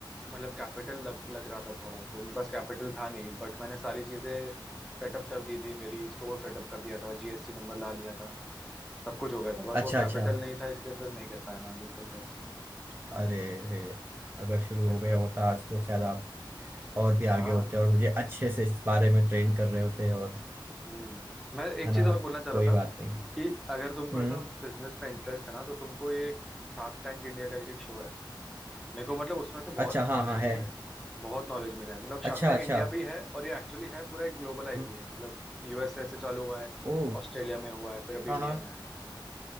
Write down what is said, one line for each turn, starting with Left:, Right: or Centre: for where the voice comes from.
Centre: मतलब कैपिटल लग लग रहा था थोड़ा तो मेरे पास कैपिटल था नहीं बट मैंने सारी चीजें सेटअप कर दी थी मेरी स्टोर सेटअप कर दिया था जीएसटी नंबर ला लिया था सब कुछ हो गया था बस
Right: अच्छा
Centre: वो कैपिटल
Right: अच्छा
Centre: नहीं था इसलिए फिर नहीं कर पाया मैं आगे प्रोग्रेस
Right: अरे अरे अगर शुरू हो
Centre: ऐसा
Right: गया
Centre: था
Right: होता आज तो शायद आप और भी
Centre: हाँ
Right: आगे होते और मुझे अच्छे से इस बारे में ट्रेन कर रहे होते और
Centre: हम्म मैं एक
Right: है ना
Centre: चीज और बोलना चाह रहा
Right: कोई
Centre: था
Right: बात नहीं
Centre: कि अगर तुमको
Right: हम्म
Centre: ऐसा बिजनेस में इंटरेस्ट है ना तो तुमको ये शार्क टैंक इंडिया करके एक शो है मेरे को मतलब उसमें से बहुत
Right: अच्छा हाँ
Centre: नॉलेज
Right: हाँ है
Centre: मिला है बहुत नॉलेज मिला है मतलब
Right: अच्छा
Centre: शार्क टैंक
Right: अच्छा
Centre: इंडिया भी है और ये एक्चुअली है पूरा एक ग्लोबल आईपी
Right: हम्म
Centre: है मतलब यूएसए से चालू हुआ है
Right: ओ
Centre: ऑस्ट्रेलिया में हुआ है फिर अभी
Right: हाँ
Centre: इंडिया
Right: हाँ
Centre: में आया है